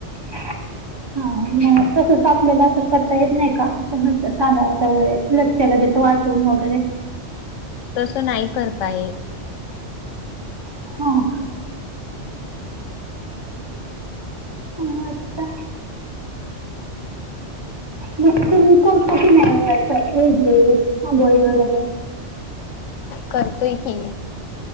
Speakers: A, on the right; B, on the left.
A: हा म तसंच आपल्याला असं. करता येत नाई का असं नसतं तांदळाचा वगैरे लगच्या लगेचं वाटून वगैरे.
B: तसं नाई करता येत.
A: हां हं. हां अच्छा. म तुमी करता की नाई ओ असं ईडली अंबोळी वगैरे?
B: करते की.